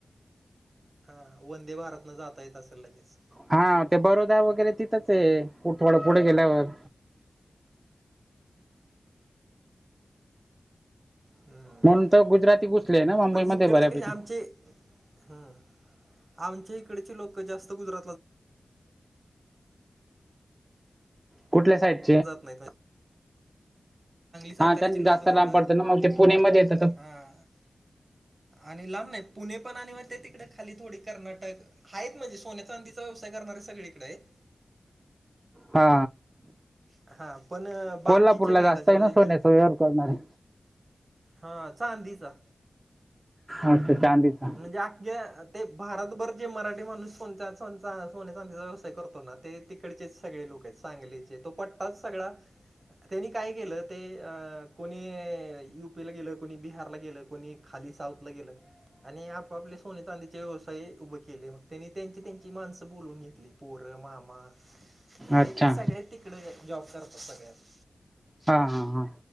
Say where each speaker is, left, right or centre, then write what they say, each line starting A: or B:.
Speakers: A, on the right (about 45°); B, on the right (about 20°).
A: हा वंदे भारतन जाता येत असं लगेच
B: हा ते बरोदा वगैरे तिथंच आहे थोडं पुढे गेल्यावर
A: हम्म
B: म्हणून तर गुजराती घुसले ना मुंबईमध्ये
A: पण ह कडते
B: बऱ्यापैकी
A: कसे आमचे हम्म आमच्या इकडचे लोक जास्त गुजरातला
B: कुठल्या साईट
A: जात नाही साताऱ्याचे
B: हा त्यांना
A: लोक
B: जास्त
A: म्हणलं
B: लांब पडतं ना मग ते पुणे म येतं
A: हा आणि लांब नाही पुणे पण आणि मग ते तिकडें खाली थोडी कर्नाटक आहेत म्हणजे सोनचा अधीचा व्यवसाय करणारे सगळीकडे आहेत
B: हा
A: हा पण बाकीचे
B: कोल्हापूरला
A: नाहीत
B: जास्त
A: असे
B: आहे
A: म्हणजे
B: ना सोन्या सोयवर करणारे
A: हा चांदीीचा
B: अे ांंदीचा
A: म्हणजे अख्या ते भारतभर जे मराठी माणूस कोचाचा सोने चांदीचा व्यवसाय करतो ना ते तिकडचेच सगळे लोक आहेत सांगलीचे तो पटतााच सगळा त्यांनी काय केलं ते कोणी युपीला गेलं कोणी बिहारला गेलं कोणी खाली साऊथला गेलं आणि आपापले सोने तांद्याचे व्यवसाय उभे केले मग त्यांनी त्यांची त्यांची माणसं बोलून घेतली पोरं मामा तर
B: अच्छा
A: तेनी सगळे तिकड जॉब करतात सगळ्यात
B: हा हा हा